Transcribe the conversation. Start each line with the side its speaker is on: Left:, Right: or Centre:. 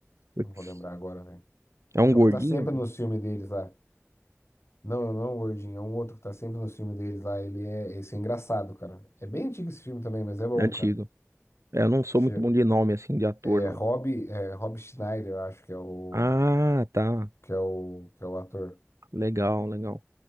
Right: Putz,
Left: Não vou lembrar agora, velho.
Right: É um
Left: É
Right: gordinho
Left: o que tá sempre no filme deles lá. Não, não é o Gordinho, é um outro que tá sempre no filme deles lá. Ele é. Esse é engraçado, cara. É bem antigo esse filme também, mas é bom,
Right: antigo.
Left: cara.
Right: É, eu não sou
Left: Che-
Right: muito bom de nome, assim, de ator,
Left: É
Right: não.
Left: Rob, é Rob Schneider, eu acho que é o.
Right: Ah, tá.
Left: Que é o. Que é o ator.
Right: Legal, legal.